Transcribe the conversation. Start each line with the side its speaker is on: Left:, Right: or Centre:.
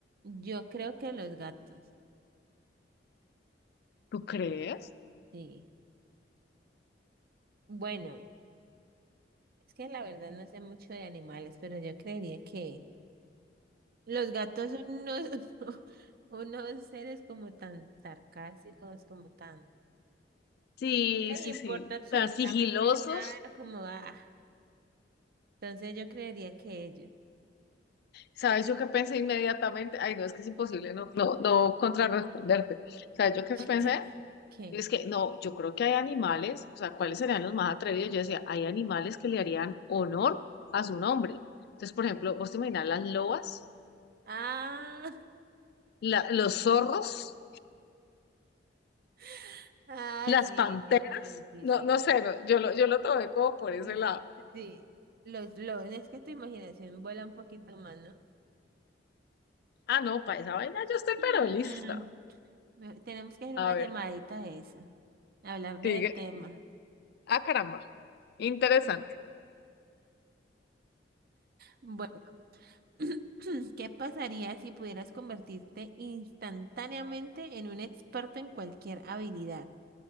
Right: Yo creo que los gatos.
Left: ¿Tú crees?
Right: Sí. Bueno. Es que la verdad no sé mucho de animales, pero yo creería que los gatos son unos, <laughs> unos seres como tan sarcásticos, como tan...
Left: Sí,
Right: No
Left: sí,
Right: les importa
Left: sí.
Right: absolutamente
Left: Tan sigilosos.
Right: nada, como, ah, entonces yo creería que ellos,
Left: ¿Sabes yo qué pensé inmediatamente? Ay, no, es que es imposible no, no, no contrarresponderte. ¿Sabes yo qué
Right: <laughs>
Left: pensé?
Right: que,
Left: Y Es que no, yo creo que hay animales, o sea, ¿cuáles serían los más atrevidos? Yo decía, hay animales que le harían honor a su nombre. Entonces, por ejemplo, vos te imaginas las lobas,
Right: ah,
Left: la- los zorros,
Right: <laughs> ah,
Left: las
Right: sí,
Left: panteras.
Right: sí, sí, sí,
Left: No,
Right: sí,
Left: no
Right: <laughs>
Left: sé, no, yo lo, yo lo tomé como por
Right: Mm,
Left: ese lado.
Right: sí, los lobos, es que tu imaginación vuela un poquito más, ¿no?
Left: Ah, no, para esa vaina yo estoy
Right: Mm,
Left: pero lista.
Right: me- Tenemos que hacer
Left: A
Right: una llamadita
Left: ver,
Right: a eso, hablar de
Left: sigue.
Right: ese tema.
Left: Ah, caramba, interesante.
Right: Bueno, <clears throat> ¿qué pasaría si pudieras convertirte instantáneamente en un experto en cualquier habilidad,